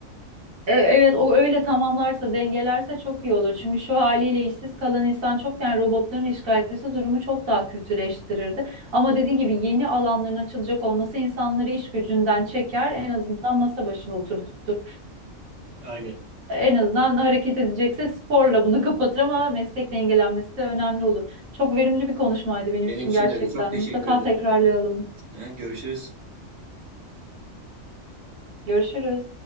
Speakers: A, on the right (about 85°); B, on the right (about 65°).
A: E, Evet o öyle tamamlarsa dengelerse çok iyi olur. Çünkü şu haliyle işsiz kalan insan çokken robotların işgal etmesi durumu çok daha kötüleştirirdi. Ama dediğin gibi yeni alanların açılacak olması insanları iş gücünden çeker, en azından masa başına oturtur.
B: Aynen.
A: En azından hareket edecekse sporla bunu <laughs> kapatır ama meslek dengelenmesi önemli olur. Çok verimli bir konuşmaydı benim
B: Benim
A: için
B: için
A: gerçekten.
B: de öyle. Çok teşekkür
A: Mutlaka
B: ederim.
A: tekrarlayalım.
B: Ha, görüşürüz.
A: Görüşürüz.